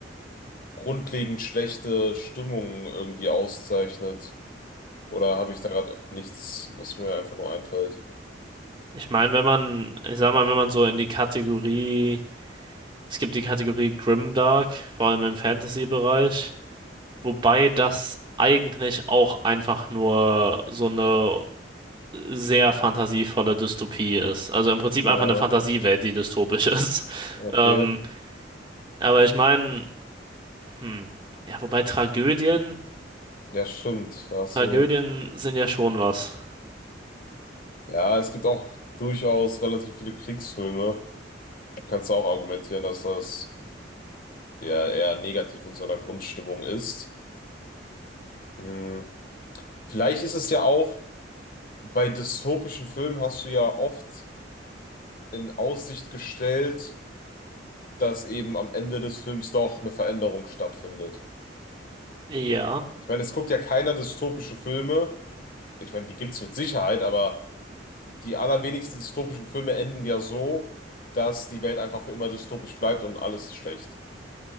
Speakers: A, on the left (about 50°); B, on the right (about 25°).
A: grundlegend schlechte Stimmung irgendwie auszeichnet. Oder habe ich da gerade nichts, was mir einfach nur einfällt?
B: Ich meine, wenn man, ich sag mal, wenn man so in die Kategorie, es gibt die Kategorie Grimdark, vor allem im Fantasy-Bereich, wobei das eigentlich auch einfach nur so eine sehr fantasievolle Dystopie ist. Also im Prinzip
A: Ja,
B: einfach eine Fantasiewelt, die dystopisch ist. <laughs>
A: okay.
B: Ähm, aber ich meine, hm, ja, wobei Tragödien,
A: Ja, stimmt. Da hast
B: Tragödien
A: du...
B: sind ja schon was.
A: Ja, es gibt auch durchaus relativ viele Kriegsfilme. Kannst du auch argumentieren, dass das der eher negativ in so einer Grundstimmung ist. Hm. Vielleicht ist es ja auch, bei dystopischen Filmen hast du ja oft in Aussicht gestellt, dass eben am Ende des Films doch eine Veränderung stattfindet.
B: Ja.
A: Ich meine, es guckt ja keiner dystopische Filme. Ich meine, die gibt es mit Sicherheit, aber die allerwenigsten dystopischen Filme enden ja so, dass die Welt einfach für immer dystopisch bleibt und alles ist schlecht.